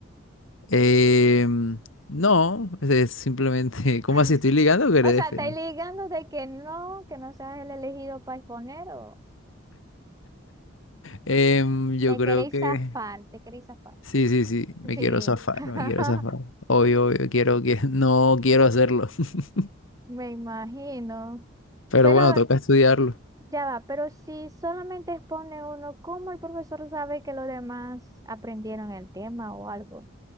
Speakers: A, on the left; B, on the right.
A: Em, no, es simplemente, <laughs> ¿cómo
B: <laughs>
A: así estoy ligando que
B: O
A: le
B: sea,
A: defiendo?
B: estáis ligando de que no, que no seas el elegido para exponer o...
A: Em, yo
B: Te
A: creo
B: queréis
A: que
B: zafar, te queréis zafar.
A: sí, sí, sí, me
B: Sí,
A: quiero zafar,
B: <laughs>
A: me quiero zafar. Obvio, obvio, quiero que <laughs> no quiero hacerlo, <laughs>
B: me imagino.
A: pero
B: Pero
A: bueno, toca estudiarlo.
B: ya va, pero si solamente expone uno, ¿cómo el profesor sabe que los demás aprendieron el tema o algo?